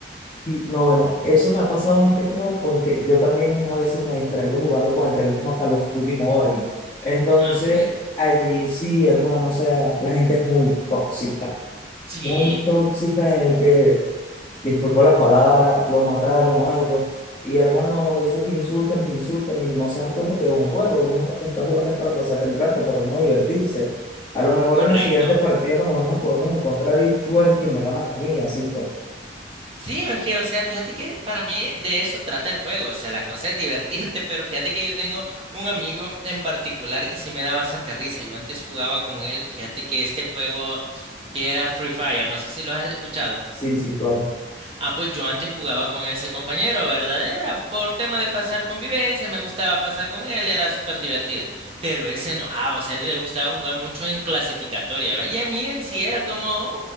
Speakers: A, on the left; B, on the right.
A: Y, No, bueno, eso me ha pasado más que todo porque yo también a veces me distraigo jugando con el teléfono Call of Duty Mobile. Entonces,
B: Ah, Ok,
A: allí sí, hermano, o sea, la gente es muy tóxica,
B: sí,
A: muy tóxica en el que disculpó las palabras, lo mataron o algo. Y hermano, eso te insultan, te insultan y no se dan cuenta que es un juego. Uno está jugando es para pasar el rato, para no divertirse. A lo mejor
B: correcto.
A: en la siguiente partida, a lo mejor nos podemos encontrar y tú eres quien me ganas a mí, y así pues.
B: Sí, es que, o sea, fíjate que para mí de eso trata el juego, o sea, la cosa es divertirte, <laughs> pero fíjate que yo tengo un amigo en particular que sí me da bastante risa, yo antes jugaba con él, fíjate que este juego que era Free Fire, no sé si lo has escuchado.
A: Sí, sí, claro.
B: Ah, pues yo antes jugaba con ese compañero, ¿verdad? Era por tema de pasar convivencia, me gustaba pasar con él, era súper divertido. Pero él se enojaba, o sea, a él le gustaba jugar mucho en clasificatoria, ¿va? Y a mí en sí era como un,